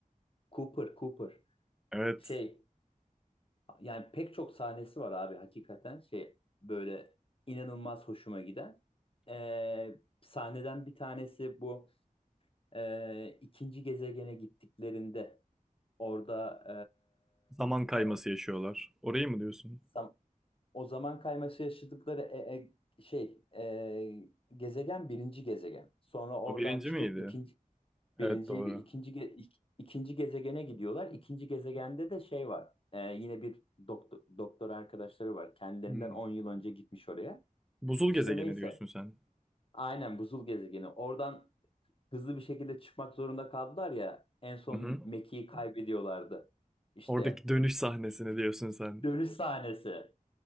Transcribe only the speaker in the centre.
Evet.
Zaman kayması
yaşıyorlar. Orayı mı diyorsun?
O birinci
miydi?
Evet doğru.
Hmm.
Buzul
gezegeni
diyorsun sen.
Hı hı.
Oradaki dönüş sahnesini diyorsun sen.